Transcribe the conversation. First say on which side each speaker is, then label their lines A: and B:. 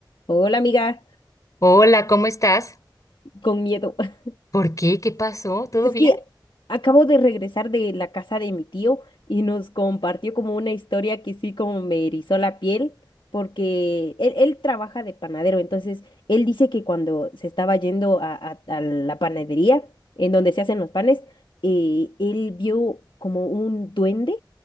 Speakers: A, on the left (about 70°); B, on the left (about 45°).
A: Hola amiga,
B: Hola, ¿cómo estás?
A: con miedo. <laughs>
B: ¿Por qué? ¿Qué pasó? ¿Todo
A: Es
B: bien?
A: que acabo de regresar de la casa de mi tío y nos compartió como una historia que sí como me erizó la piel porque él, él trabaja de panadero, entonces él dice que cuando se estaba yendo a, a- a la panadería en donde se hacen los panes, eh, él vio como un duende